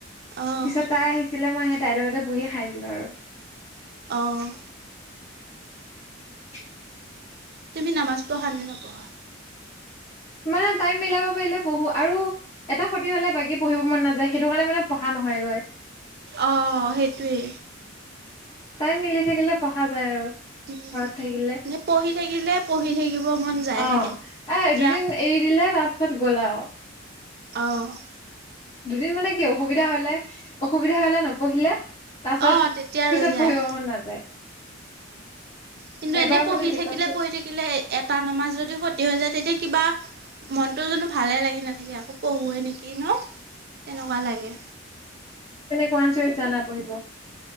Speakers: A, on the right; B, on the left.
A: অঁ
B: পিছত তাই আহিছিলে মই সেই তাইৰ লগতে বহি খাই দিলো আৰু।
A: অ'।
B: তাকেই।
A: তুমি নামাজ পঢ়া নে নপঢ়া?
B: মানে টাইম মিলাব পাৰিলে পঢ়ো আৰু এটা ক্ষতি হ'লে বাকী পঢ়িব মন নাযায়, সেইটো কাৰণে মানে পঢ়া নহয়গৈ।
A: অ' সেইটোৱে।
B: তাইম মিলি থাকিলে পঢ়া যায় আৰু।
A: উম,
B: ঘৰত থাকিলে
A: এনে পঢ়ি থাকিলে, পঢ়ি থাকিব মন
B: অ
A: যায় থাকে,
B: এ
A: তেতিয়া
B: দুদিন এৰি দিলে, তাৰ পিছত গ'ল আও।
A: অ'।
B: দুদিন মানে কি অসুবিধা হ'লে, অসুবিধা হ'লে নপঢ়িলে তাৰপাছত
A: অঁ তেতিয়া
B: পিছত
A: ৰৈ যায়
B: পঢ়িব মন নাযায়।
A: কিন্তু
B: এবাৰ
A: এনে পঢ়ি
B: মানে হেৰি
A: থাকিলে
B: কৰা পিছত
A: পঢ়ি থাকি থাকিলে এটা নমাজ যদি ক্ষতি হৈ যায়, তেতিয়া কিবা মনটো জানো ভালেই লাগি নাথাকে, আকৌ পঢ়োৱে নেকি ন, তেনেকুৱা লাগে।
B: কোৰান চৰীত জানা পহৰিব।